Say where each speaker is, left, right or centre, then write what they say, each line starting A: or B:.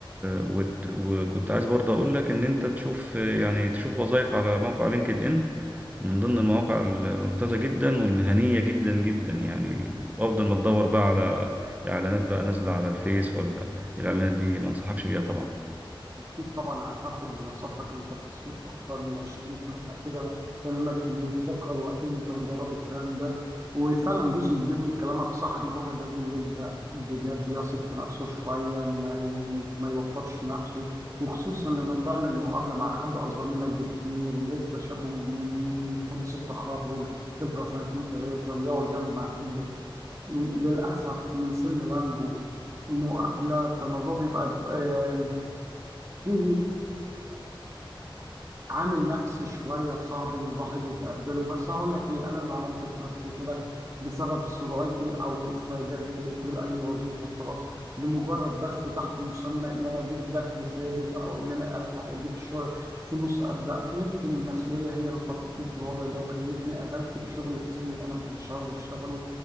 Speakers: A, on the right; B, on the right.
A: وت... وكنت عايز برضه اقول لك ان انت تشوف آه، يعني تشوف وظائف على موقع لينكد ان من ضمن المواقع الممتازة جدا والمهنية جدا جدا يعني افضل ما تدور بقى على اعلانات بقى نازلة على الفيس ولا الاعلانات دي ما انصحكش بيها طبعا
B: أكيد طبعا هاخد بنصيحتك أنت في السوق أكتر من 20 سنة فأكيد كلامك له ثقة وأكيد أنت مجرب الكلام ده وفعلا جزء كبير من كلامك صح إن الواحد لازم يبدأ بجد يثق في نفسه شوية ما ي... ما يوترش نفسه وخصوصا لما تعمل مقابلة مع حد أصغر منك بكتير ولسه شاب من حديث التخرج خبرة سنتين ثلاثة ويقعد يعمل مع حد للأسف من سن والده مقابلة فالموضوع بيبقى آه، في عامل نفسي شوية صعب إن الواحد يتقبله بس هقول لك إيه أنا اللي عملت في نفسي كده بسبب سرعتي أو الاستعجال في قبول أي وظيفة خلاص لمجرد بس تحت مسمى إن أنا أجيب دخل ثابت أو إن أنا ألحق أجيب شغل فلوس أبدأ يمكن المسؤولية هي اللي حطتني في الوضع ده وخلتني قابلت بشغل كتير أنا ما كنتش عاوز أشتغله